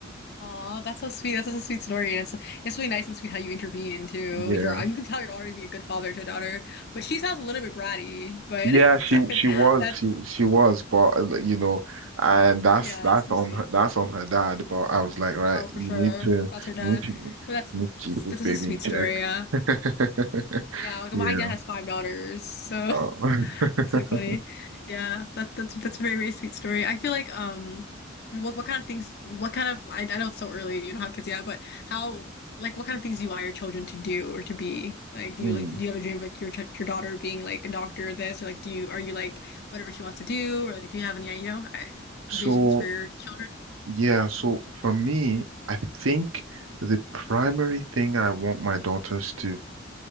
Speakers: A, on the left; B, on the right.
A: Aw, that's so sweet. That's such a sweet story, and it's it's really nice and sweet how you intervene too.
B: Yeah.
A: You're you can tell you're already be a good father to a daughter, but she sounds a little bit bratty. But
B: Yeah, she
A: <laughs>
B: she was
A: that's
B: she she was, but uh, like, you know, and that's
A: yeah,
B: that's
A: it's so
B: on
A: sweet.
B: her that's on her dad. But I was like, right,
A: Oh,
B: you
A: for sure,
B: need to
A: that's her dad.
B: you need to you
A: But
B: need to keep
A: that's
B: this
A: this
B: baby
A: is a sweet
B: in check.
A: story. Yeah.
B: <laughs>
A: Yeah, like, my
B: Yeah.
A: dad has five daughters, so
B: Uh,
A: <laughs>
B: <laughs>
A: it's like funny. Yeah, that that's that's a very, very sweet story. I feel like um what what kind of things what kind of I, I know it's so early, you don't have kids yet, but how like what kind of things do you want your children to do or to be? Like do
B: mm.
A: you like do you have a dream of like your ch- your daughter being like a doctor or this or like do you are you like whatever she wants to do or like do you have any you know I-
B: So
A: visions for your children?
B: yeah, so for me, I think the primary thing I want my daughters to